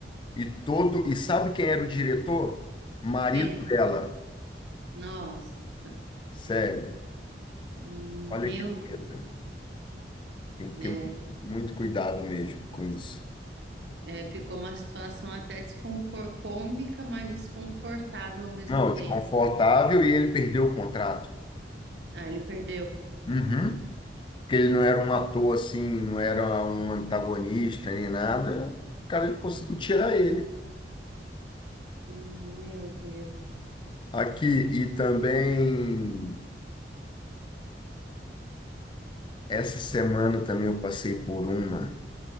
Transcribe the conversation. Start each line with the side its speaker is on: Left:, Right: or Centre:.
Left: e todo, e sabe quem era o diretor? Marido
Right: quem?
Left: dela.
Right: Nossa,
Left: Sério,
Right: meu
Left: olha que
Right: Deus.
Left: treta. Tem que
Right: É,
Left: ter muito cuidado mesmo com isso.
Right: é, ficou uma situação até desconfor cômica, mas desconfortável ao mesmo
Left: Não,
Right: tempo.
Left: desconfortável e ele perdeu o contrato.
Right: Ah, ele perdeu.
Left: Uhum. que ele não era um ator assim, não era um antagonista nem nada, o cara conseguiu tirar ele.
Right: Hum, meu Deus.
Left: Aqui, e também, essa semana também eu passei por uma.